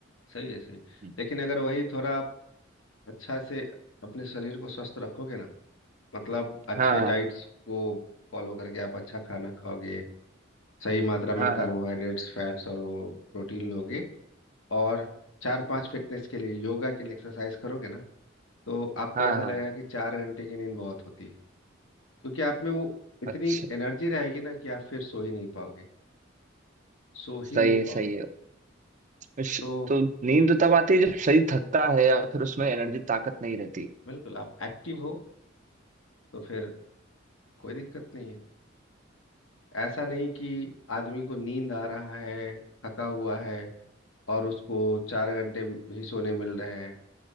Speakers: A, on the left; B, on the right.
A: सही है सही है।
B: हम्म,
A: लेकिन अगर वही थोड़ा आप अच्छा से अपने शरीर को स्वस्थ रखोगे ना मतलब अच्छे
B: हाँ हाँ
A: डाइट्स को फॉलो करके आप अच्छा खाना खाओगे सही मात्रा में
B: हाँ
A: कार्बोहाइड्रेट्स
B: हाँ
A: फैट्स और वो प्रोटीन लोगे और चार पांच फिटनेस के लिए योगा के लिए एक्सरसाइज करोगे ना तो आपको
B: हाँ
A: ऐसा लगेगा
B: हाँ
A: कि चार घंटे की नींद बहुत होती है क्योंकि आप में वो इतनी
B: अच्छा
A: एनर्जी रहेगी ना कि आप फिर सो ही नहीं पाओगे सो ही
B: सही
A: नहीं
B: है
A: पाओगे
B: सही है इस-
A: तो
B: तो नींद तब आती है जब शरीर थकता है या फिर उसमें
A: हाँ
B: एनर्जी ताकत नहीं रहती
A: बिल्कुल आप एक्टिव हो तो फिर कोई दिक्कत नहीं है ऐसा नहीं कि आदमी को नींद आ रहा है थका हुआ है और उसको चार घंटे ही सोने मिल रहे हैं